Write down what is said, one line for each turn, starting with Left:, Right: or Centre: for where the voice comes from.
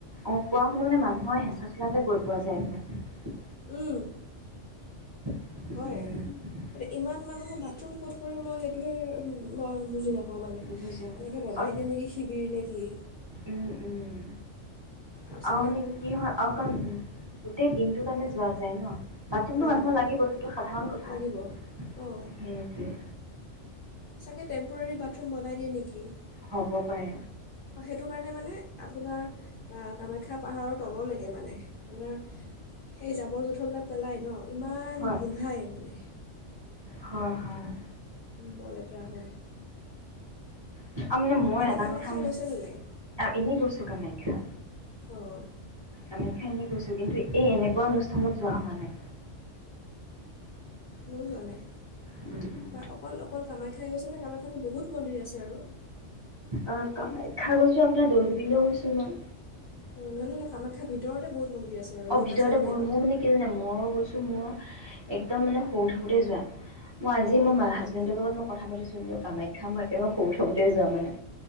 Right: অ কোৱা শুনো মানে মানুহৰ হেঁচা ঠেলাতে গৈ কোৱা যায় মানে।
Left: উম।
Right: উম।
Left: হয় এতিয়া ইমান মানুহৰ বাথৰুম ক'ত পৰে মই মই বুজি নাপাওঁ মানে
Right: বুজি
Left: এনেকৈ বনাই
Right: আৰু
Left: দিয়ে নেকি শিবিৰ নেকি
Right: উম উম
Left: আৰুচাগৈ
Right: আৰু মানে
Left: আকৌ
Right: কি হয় আৰু কাৰণ গোটেই দিনটো কাৰণে যোৱা যায় ন প্ৰথমটো
Left: অঁ
Right: মানুহৰ লাগিব সেইটো সাধাৰণ কথা
Left: লাগিব অঁ
Right: সেইটোৱে
Left: চাগে টেম্প'ৰাৰী বাথৰৰুম বনাই দিয়ে নেকি
Right: হ'ব পাৰে
Left: সেইটো কাৰণে মানে আপোনাৰ কামাখ্যা পাহাৰৰ তললৈকে মানে আপোনাৰ সেই জাবৰ জোঁথৰবিলাক পেলায় ন ইমান
Right: হয়
Left: গোন্ধাই মানে।
Right: হয় হয়
Left: ব লেটৰা হয়
Right: ত মানে মই
Left: এনেই
Right: এটা
Left: কামাখ্যা
Right: কথা
Left: গৈছেনে নাই
Right: এনেই গৈছো কামাখ্যা
Left: অঁ
Right: আমি খিনি কৈছো কিন্তু এই এনেক এনেকুৱা অনুষ্ঠানত যোৱা হোৱা নাই
Left: ম জাই
Right: উম উম
Left: অকল অকল কামাখ্যাই খাই গৈছেনে কামাখ্যাতো বহুত মন্দিৰ আছে আৰু
Right: অঁ কামাখ্যা গৈছো আপোনাৰ দৌল গোবিন্দওঁ গৈছো মই
Left: অঁ নহয় নহয় কামাখ্যাই ভিতৰতে বহুত মন্দিৰ আছে আৰু
Right: অ
Left: গৈ
Right: ভিতৰতে
Left: পাইছেনে
Right: ব
Left: নাইবা
Right: মোৰ মানে কি জানে মই গৈছো মই। একদম মানে সৰু থাকোঁতেই যোৱা। মই আজি
Left: অঁ
Right: মোৰ মা
Left: অঁ
Right: হাজবেণ্ডৰ লগত মই কথাাছোঁ। কি কামাখ্যা মই একেবাৰে শুব থাকোতেই যোৱা মই।